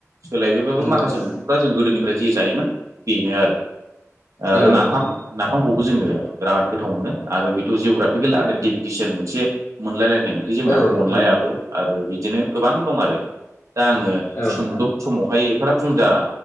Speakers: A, on the right; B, on the left.
A: सोलायबायबाबो
B: नंगौ
A: माखासे
B: नोंथां
A: जों गोदोनिफ्राय जे जायोमोन बेनो आरो
B: औ नोंथां औ
A: नाफाम
B: नोंथां
A: नाफामखौबो जोङो बिराद गोथाव मोनो आरो बेथ' जिअ'ग्राफिकेल आइडेन्टिफिकेसन मोनसे मोनलायलायनाय ओंख्रि जोंना
B: औ
A: अनलायाबो
B: नंगौ
A: आरो बिदिनो गोबां दं आरो। दा आङो
B: औ नोंथां
A: सुंदब समावहाय एफाराब बुंजा